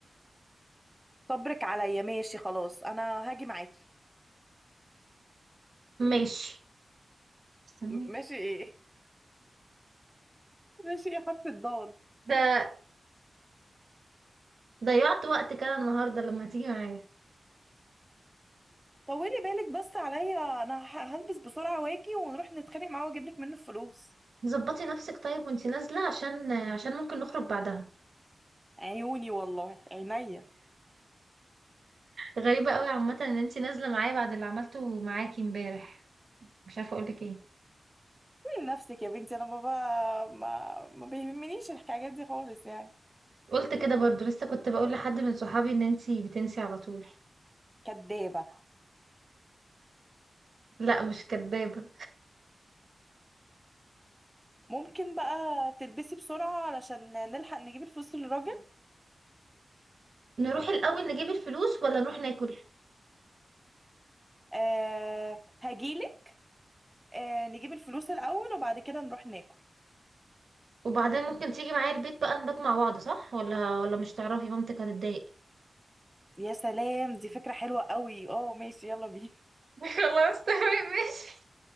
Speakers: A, in the centre; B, on the right.
A: <laughs> صبرك عليا ماشي خلاص انا هاجي معاكي
B: ماشي استني
A: م- ماشي ايه <laughs> ماشي يا حرف الضاد
B: ده ضيعت وقت كده النهارده لما تيجي معايا
A: طولي بالك بس عليا انا ه- هلبس بسرعه واجي ونروح نتخانق معاه واجيب لك منه الفلوس
B: ظبطي نفسك طيب وانتي نازله عشان عشان ممكن نخرج بعدها
A: عيوني والله عينيا
B: غريبه قوي عامه ان انتي نازله معايا بعد اللي عملته معاكي امبارح مش عارفه اقولك ايه
A: من نفسك يا بنتي انا بابا ما ما بيهمنيش الحكايات دي خالص يعني
B: قلت كده برضو لسه كنت بقول لحد من صحابي ان انتي بتنسي على طول
A: كدابه
B: لا مش كدابه
A: ممكن بقى تلبسي بسرعه علشان نلحق نجيب الفلوس للراجل
B: نروح الأول نجيب الفلوس ولا نروح ناكل
A: آه هجيلك آه نجيب الفلوس الاول وبعد كده نروح ناكل
B: وبعدين ممكن تيجي معايا البيت بقى نبات مع بعض صح ولا ولا مش تعرفي مامتك هتتضايق
A: يا سلام دي فكرة حلوة قوي اه ماشي يلا بينا
B: <laughs> خلاص تمام ماشي